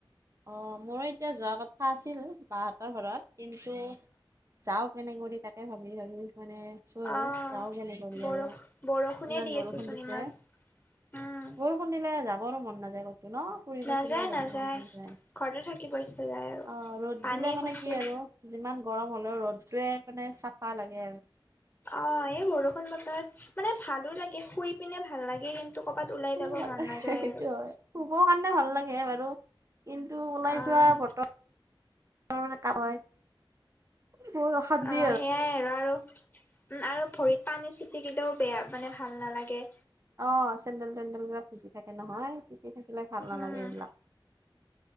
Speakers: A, on the right; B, on the left.
A: অ' মোৰো এতিয়া যোৱা কথা আছিল বাহতৰ ঘৰত কিন্তু যাওক মানে কৰি তাকে ভাবি-ভাবি মানে আছো আৰু
B: অ'
A: যাওঁ কেনে কৰি
B: বৰষু
A: আৰু
B: বৰষুণে
A: ইমান
B: দি
A: বৰষুণ
B: আছে চোন
A: দিছে
B: ইমান। উম।
A: বৰষুণ দিলে যাবৰো মন নাযায় কতো ন। ফুৰিব
B: নাযায়-নাযায়
A: চুৰিব যাব মন নাযায়
B: ঘৰতে থাকিব ইচছা যায় আৰু
A: অ ৰ'দ
B: পানী
A: দিলে মানে
B: খচি
A: কি আৰু যিমান গৰম হ'লেও ৰ'দতোৱে মানে চাফা লাগে আৰু।
B: অ এই বৰষুণ বতৰত মানে ভালো লাগে শুই পিনে ভাল লাগে কিন্তু। ক'ৰবাত ওলাই
A: শুই
B: যাব
A: ভাল
B: মন নাযায়
A: সেইটো
B: আৰু।
A: হয় শুব কাৰণে ভাল লাগে বাৰু, কিন্তু ওলাই
B: অ'
A: যোৱা বতৰ <unintelligible> বহুত অশান্তি
B: অ সেইয়াই আৰু আৰু আৰু ভৰিত পানী ছিটিকিলেও বেয়া মানে ভাল নালাগে।
A: অ' চেণ্ডেল তেন্দেল ঘিলা ভিজি থাকে নহয় <unintelligible> থাকিলে ভাল
B: উম।
A: নালাগে এইবিলাক,